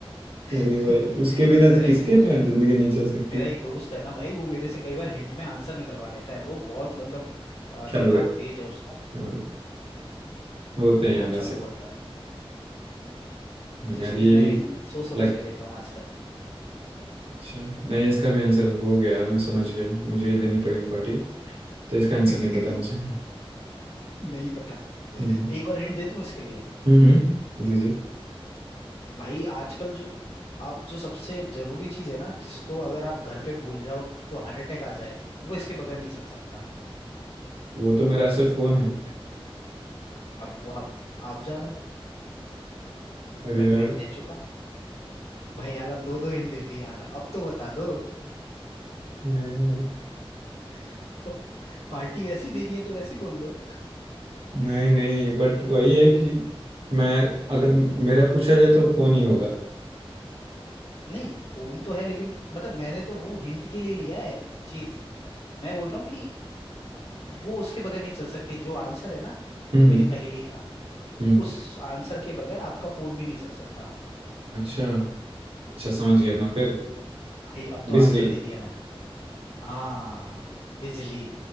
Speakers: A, on the right; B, on the left.
A: अरे
B: <laughs>
A: भाई
B: भाई
A: उसके बिना
B: मेरा
A: किसके
B: एक दोस्त
A: बिना जिंदगी नहीं चल सकती
B: मेरा एक दोस्त है ना भाई वो मेरे से कई बार हिंट में आंसर निकलवा लेता है वो बहुत मतलब अ, दिमाग
A: चालू है
B: तेज है उसका
A: हाँ होते हैं
B: बहुत
A: यार
B: चालू
A: ऐसे
B: बंदा है वो तो
A: यार
B: इसलिए
A: ये भी
B: मैं हिंट सोच समझ
A: लग
B: के देता हूँ आजकल
A: अच्छा नहीं इसका भी आंसर हो गया यार मैं समझ गया मुझे ही देनी पड़ेगी पार्टी तो इसका
B: <laughs>
A: आंसर नहीं पता मुझे
B: नहीं पता
A: हम्म
B: एक और हिंट दे दूं इसके लिए
A: हम्म जी जी
B: भाई आजकल जो आप जो सबसे जरूरी चीज है ना जिसको अगर आप घर पे भूल जाओ तो हार्ट अटैक आ जाए वो इसके बगैर नहीं चल सकता
A: वो तो मेरा ऐसा फोन है
B: अब वो आप आप जानो
A: अरे
B: मैं
A: यार
B: तो हिंट दे चुका भाई यार अब दो दो हिंट दे दी यार अब तो बता दो
A: अरे यार
B: <laughs> अब पार्टी वैसी देनी है तो वैसी बोल दो
A: नहीं नहीं बट वही है कि मैं अगर मेरा पूछा जाए तो फोन ही होगा
B: नहीं फोन तो है लेकिन मतलब मैंने तो वो हिंट के लिए लिया है चीज मैं बोल रहा हूँ कि वो उसके बगैर नहीं चल सकती जो आंसर है ना
A: हम्म हम्म
B: मेरी पहेली का
A: हम्म,
B: उस आंसर के बगैर आपका फोन भी नहीं चल सकता
A: अच्छा अच्छा समझ गया ना फिर
B: भाई अब तो
A: बिजली
B: आंसर दे दिया मैंने हाँ बिजली